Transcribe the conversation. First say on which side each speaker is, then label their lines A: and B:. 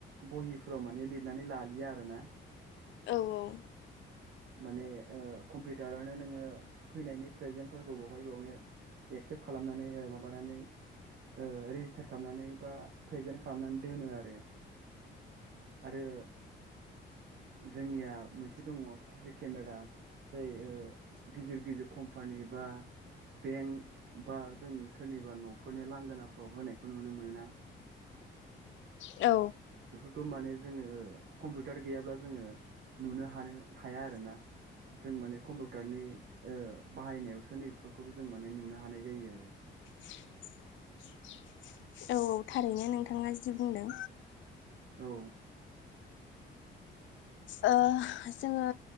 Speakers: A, on the right; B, on the left.
A: बहिफ्राव माने लिरनानै लालिया आरोना
B: औ औ
A: माने ओ कम्पिउटारानो नोङो फैनायनि प्रेजेन्टफोरखौ बावहाय बेयावनो एक्सेप्ट खालामनानै ओ माबानानै ओ रेजिस्टार खामनानै बा प्रेजेन्ट खालामनानै दोनो आरो आरो जोंनिया मोनसे दङ' सिसि केमेरा जाय ओ गिदिर गिदिर खम्पानि बा बेंक बा जों सोरनिबा न'फोरनि लांगोनाफ्राव होनायखौ नुनो मोनोना
B: औ
A: गो माने जोङो कम्पिउटार गैयाब्ला जोङो नुनो हानो हाया आरोना जों माने कम्पिउटारनि ओ बाहायनायावसो नै बेफोरखौबो जों माने नुनो हानाय जायो आरो।
B: <unintelligible> औ थारैनो नोंथाङा जि बुंदों
A: औ
B: ओ जोङो